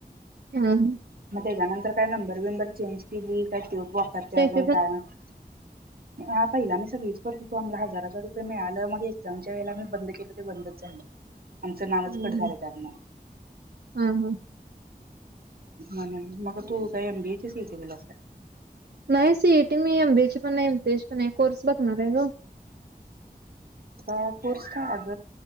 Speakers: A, on the right; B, on the right.
A: हम.
B: मग त्याच्यानंतर काय नंबर विंबर चेंज केली काय तो वापरत्या
A: स्टेफी
B: अजून
A: पण
B: काय माहित हा पहिला मी सगळीच करतो होतो, आम्हाला हजार हजार रुपये मिळालं मग एक्झामच्या वेळेला म बंद केलं ते बंदच झालं. आमचं नावच
A: हां,
B: कट झालं
A: हां,
B: त्यातन
A: हां, हां.
B: म्ह मग तू काय एम बी ए ची सी ई टी दिलास काय
A: नाही सी ई टी मी एम बी ची पण नाही एम सी पण नाही आहे कोर्स बघणार आहे ग
B: अ कोर्स का अग